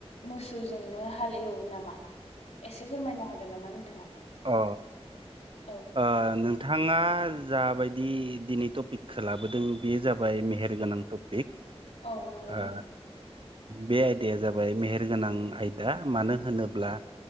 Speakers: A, on the left (about 85°); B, on the right (about 55°).
A: मोसौ जोंनो हालेव नामा। एसे फोरमायनो हागोन नामा नोंथाङा?
B: अ ओ
A: औ
B: नों नोंथाङा जाबायदि दिनै टपिकखौ लाबोदों बे जाबाय मेहेरगोनां टपिक
A: औ नंगौ
B: ओ
A: नोंथां
B: बे आयदाया जाबाय मेहेर गोनां आयदा मानो होनोब्ला
A: औ